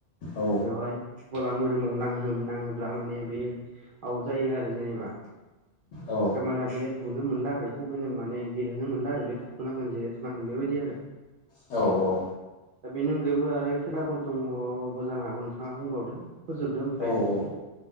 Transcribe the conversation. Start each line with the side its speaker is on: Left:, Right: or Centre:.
Left: औ
Right: बेवहाय गला मोदोमाव नाङोब्ला माने बेयो आउट जायो आरो जेनेबा
Left: औ
Right: थारमाना बे बुनो मोनला आरो खुबैनो माने गेलेनो मोनला आरो बे थाथ'नांगोन जिरायथ'नांगोन बेबायदि आरो
Left: औ औ
Right: दा बेनि अनगायैबो आरो खेलाफोर दङबो जानो हागौ नोंथाङा बुंबावदो फोजोबदो ओमफ्राय
Left: औ